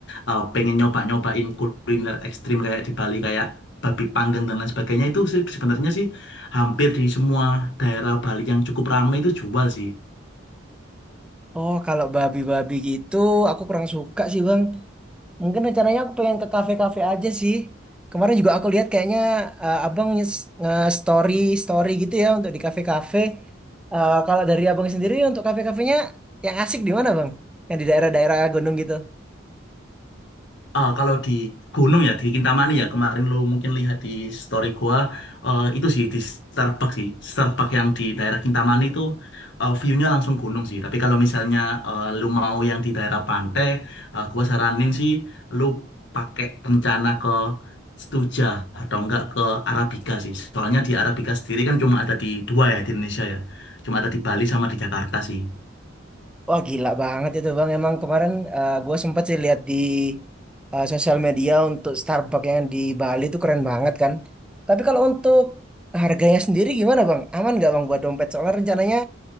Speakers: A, on the left; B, in the centre.
A: eh, pengen nyoba-nyobain kuliner ekstrim kayak di Bali kayak babi panggang dan lain sebagainya itu sih sebenarnya sih hampir di semua daerah Bali yang cukup ramai itu jual sih.
B: Oh, kalau babi-babi gitu, aku kurang suka sih bang. Mungkin rencananya aku pengen ke kafe-kafe aja sih. Kemarin juga aku lihat kayaknya eh, abang nge- nge-story story gitu ya untuk di kafe-kafe. Eh, kalau dari abang sendiri untuk kafe-kafenya yang asik di mana bang? Yang di daerah-daerah gunung gitu.
A: Ah, kalau di gunung ya di Kintamani ya kemarin lu mungkin lihat di story gua eh, itu sih di Starbucks sih Starbucks yang di daerah Kintamani itu eh, view-nya langsung gunung sih tapi kalau misalnya eh, lu mau yang di daerah pantai eh, gua saranin sih lu pakai rencana ke Stuja atau enggak ke Arabica sih soalnya di Arabica sendiri kan cuma ada di dua ya di Indonesia ya cuma ada di Bali sama di Jakarta sih
B: Wah gila banget itu bang. Emang kemarin gue sempet sih lihat di eh, sosial media untuk Starbucks yang di Bali itu keren banget kan. Tapi kalau untuk harganya sendiri gimana bang? Aman nggak bang buat dompet? Soalnya rencananya